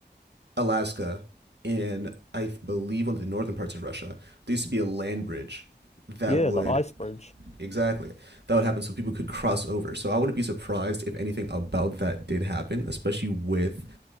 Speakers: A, on the right; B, on the left.
A: Alaska and I believe one of the northern parts of Russia, there used to be a land bridge that
B: Yeah,
A: would
B: the ice bridge.
A: exactly that would happen so people could cross over. So I wouldn't be surprised if anything about that did happen, especially with